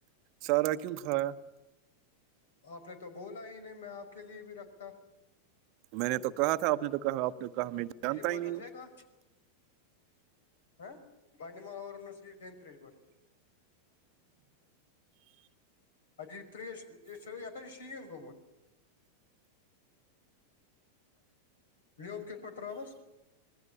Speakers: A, on the right; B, on the left.
A: سارا کیوں کھایا
B: آپ نے تو بولا ہی نہیں میں آپ کے لیے بھی رکھتا
A: میں نے تو کہا تھا آپ نے تو کہا آپ نے کہا جانتا
B: بجی بوتل
A: ہی نہیں ہوں
B: ج کا ہ بہ نما ا س دم تریش بدل ا یہ تریش یہ س یہتا جو شین گومت لب کت پڑ ترس